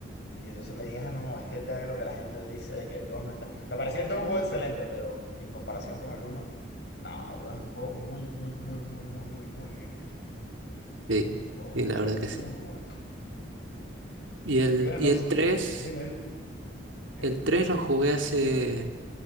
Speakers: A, on the left; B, on the right.
A: Y entonces me dije, ah, no, es que es lo que la gente dice de que el 2 no está. Me parecía el 2 un juego excelente, pero en comparación con el uno no, el uno es un juego muy, muy, muy, muy, muy, muy, muy bien hecho.
B: Sí,
A: Un juego
B: sí, la verdad
A: muy
B: que sí.
A: bueno.
B: Y el,
A: Y bueno,
B: y
A: no sé,
B: el tres
A: dime, dime, dime,
B: el
A: dime.
B: 3 lo jugué hace,